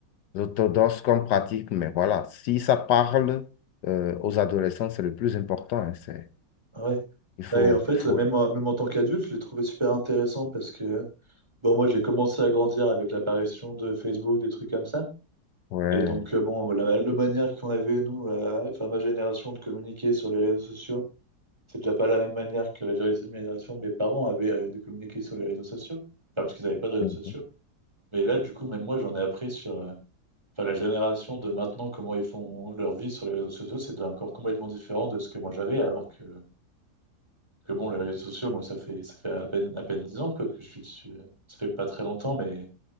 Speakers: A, on the left; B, on the right.
A: orthodoxe comme pratique, mais voilà, si ça parle euh, aux adolescents, c'est le plus important. hein, c'est,
B: Ah Ouais.
A: il faut,
B: Et en fait,
A: il faut,
B: même, en- même en tant qu'adulte, je l'ai trouvé super intéressant parce que, bon, moi, j'ai commencé à grandir avec l'apparition de Facebook, des trucs comme ça.
A: ouais.
B: Et donc, euh, bon, la, la manière qu'on avait, nous, euh, enfin, ma génération, de communiquer sur les réseaux sociaux, c'est déjà pas la même manière que la génération la génération de mes parents avaient euh, de communiquer sur les réseaux sociaux. Enfin, parce qu'ils n'avaient pas de réseaux
A: Mhm.
B: sociaux. Mais là, du coup, même moi, j'en ai appris sur euh, enfin, la génération de maintenant, comment ils font leur vie sur les réseaux sociaux. C'est déjà encore complètement différent de ce que moi j'avais, alors que, que bon, les réseaux sociaux, moi, ça fait, ça fait à peine, à peine 10 ans quoi, que je suis dessus. euh, Ça fait pas très longtemps, mais,